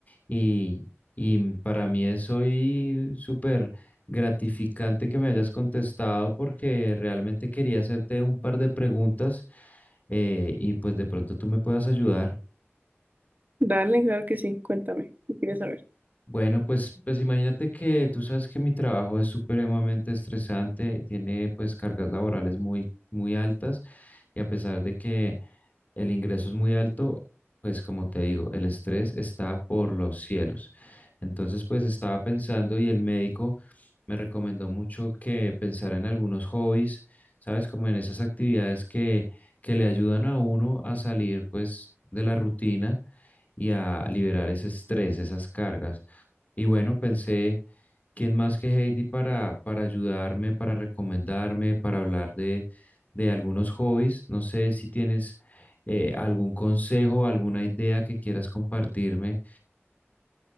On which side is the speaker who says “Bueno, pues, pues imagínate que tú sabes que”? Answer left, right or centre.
Left